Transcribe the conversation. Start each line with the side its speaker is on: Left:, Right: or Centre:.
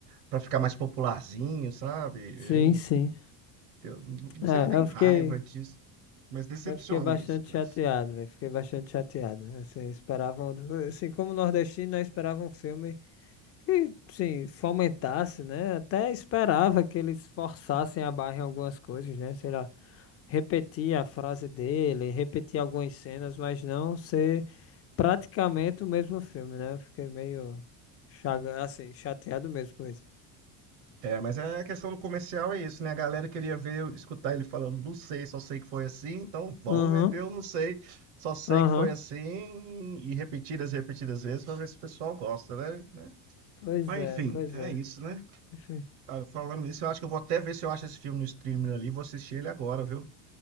Right: para ficar mais popularzinho, sabe?
Left: Sim,
Right: Eu,
Left: sim.
Right: eu não
Left: É,
Right: sei se eu tenho
Left: eu
Right: raiva
Left: fiquei,
Right: disso, mas decepciona
Left: eu fiquei bastante
Right: isso, cara.
Left: chateado, velho. Fiquei bastante chateado. Assim, esperavam, assim, como nordestino, né, esperava um filme que, sim, fomentasse, né? Até esperava que eles forçassem a barra em algumas coisas, né? Sei lá, repetir a frase dele, repetir algumas cenas, mas não ser praticamente o mesmo filme, né? Eu fiquei meio chaga, assim, chateado mesmo com isso.
Right: É, mas é a questão do comercial é isso, né? A galera queria ver, escutar ele falando, não sei, só sei que foi assim, então vamos
Left: Aham,
Right: meter o não sei, só sei
Left: aham.
Right: que foi assim, e repetidas, repetidas vezes, pra ver se o pessoal gosta, né? Né?
Left: Pois
Right: Mas
Left: é,
Right: enfim,
Left: pois
Right: é
Left: é.
Right: isso, né?
Left: Enfim.
Right: Ah, Falando nisso, eu acho que eu vou até ver se eu acho esse filme no streaming ali, vou assistir ele agora, viu?